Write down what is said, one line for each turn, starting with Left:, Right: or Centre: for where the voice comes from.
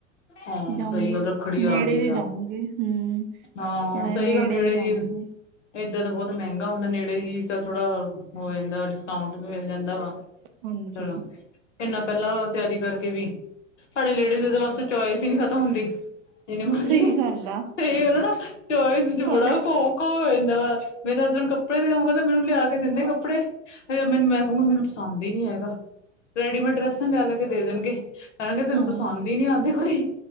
Left: ਹਾਂ
Right: ਜਾਊਂਗੇ,
Left: ਸਹੀ ਗੱਲ ਰੱਖੜੀ ਆ
Right: ਨੇੜੇ
Left: ਗਈ
Right: ਵੀ
Left: ਆ
Right: ਜਾਊਂਗੀ। ਹੂੰ,
Left: ਹਾਂ
Right: ਥੋੜਾ ਜਾ
Left: ਸਹੀ
Right: ਨੇੜੇ
Left: ਗੱਲ
Right: ਜਾਊਂਗੇ।
Left: ਜੀ ਏਦਾਂ ਤਾਂ ਬੋਤ ਮੈੰਗਾ ਹੁੰਦਾ ਨੇੜੇ ਜੀ। ਚਲ, ਥੋੜਾ ਹੋ ਜਾਂਦੈ, ਡਿਸਕਾਊਂਟ ਵੀ ਮਿਲ ਜਾਂਦੈ ਵਾ,
Right: ਹਾਂਜੀ
Left: ਚਲੋ। ਇੰਨਾ ਪੈਲਾਂ ਤਿਆਰੀ ਕਰਕੇ ਵੀ, ਸਾਡੇ ਲੇਡੀਜ਼ ਤਾਂ ਬਸ ਚੋਇਸ ਈ ਨੀ ਖਤਮ ਹੁੰਦੀ। ਜਿਨੇ ਮਰਜੀ,
Right: ਸਹੀ ਗੱਲ ਆ
Left: 'ਤੇ ਉਨਾਂ ਨਾ ਚੋਇਸ 'ਚ
Right: ਹੋਰ
Left: ਬੜਾ ਖੋਫ। ਹੋ ਜਾਂਦਾ ਵਾ, ਮੇਰੇ ਹਸਬੈਂਡ ਕੱਪੜੇ ਦੇ ਕੰਮ ਕਰਦਾ, ਮੈਨੂੰ ਲਿਆ ਕੇ ਦਿੰਦੇ ਕੱਪੜੇ। ਹਜੇ ਮੈਨੂੰ ਮੈਂ ਕਹੂੰਗੀ, ਮੈਨੂੰ ਪਸੰਦ ਈ ਨੀ ਹੈਗਾ, ਰੈਡੀਮੇਡ ਡਰੈਸਾਂ ਲਿਆ-ਲਿਆ ਕੇ ਦੇ ਦੇਨਗੇ। ਕਹਿਨਗੇ ਤੈਨੂੰ
Right: ਹਾਂ
Left: ਪਸੰਦ ਨੀ ਆਂਦੇ ਕੋਈ,